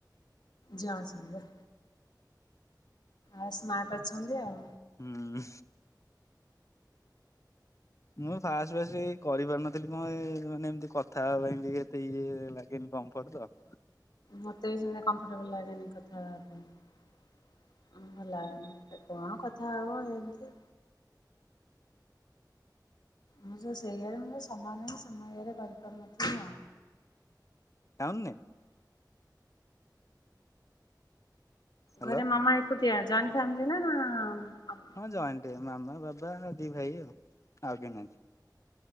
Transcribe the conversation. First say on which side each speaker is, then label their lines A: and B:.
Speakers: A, on the left; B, on the left.
A: ଜାସାଙ୍ଗେ ଆଉ ସ୍ମାର୍ଟ ଅଛନ୍ତି ଆଉ।
B: ହୁଁ। ମୁଁ ଫାଷ୍ଟ ଫା କରିପାରୁନଥିଲି। ଥିଲି କଣ ମାନେ ଏମିତି କଥା ହେବା ପାଇଁ ଟିକେ ଏତେ ଇଏ ଲାଗେନି କମ୍ଫର୍ଟ ତ।
A: ମୋତେ ବି ସେମିତି କମ୍ଫର୍ଟେବୁଲ୍ ଲାଗେନି କଥା ହେବା ପାଇଁ। ଭଲ ଲାଗେନି। କଣ କଥା ହବ ଏମିତି? ମୁତ ସେଇୟରର ସାମାନର <unintelligible> କରିପାରୁନଥିଲି ଆଉ।
B: ଟାଉନ ନେ। ହ୍ୟାଲୋ
A: ଘରେ ମାମା ଏକୁଟିଆ। ଜଏଣ୍ଟ ଫ୍ୟାମିଲି ନା
B: ହଁ ଜଏଣ୍ଟ। ମାମା, ବାବା ଆଉ ଦି ଭାଇ ଆଉ। ଆଉ କିନାହାନ୍ତି।